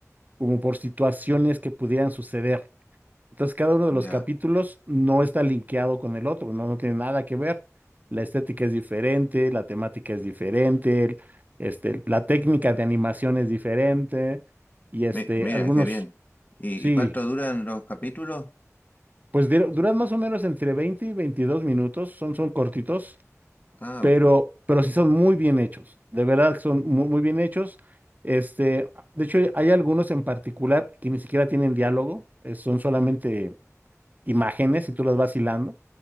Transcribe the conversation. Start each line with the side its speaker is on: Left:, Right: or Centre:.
Right: como por situaciones que pudieran suceder. Entonces, cada uno de los
Left: ya.
Right: capítulos no está linkeado con el otro, ¿no? No tiene nada que ver. La estética es diferente, la temática es diferente, el- este, la técnica de animación es diferente, y este,
Left: Mi- mira,
Right: algunos,
Left: qué bien. ¿Y,
Right: sí,
Left: y cuánto duran los capítulos?
Right: pues de- duran más o menos entre 20 y 22 minutos, son, son cortitos.
Left: Ah,
Right: pero, pero sí son muy bien hechos, de verdad que son muy, muy bien hechos. Este, de hecho, hay algunos en particular que ni siquiera tienen diálogo, eh, son solamente imágenes y tú las vas hilando.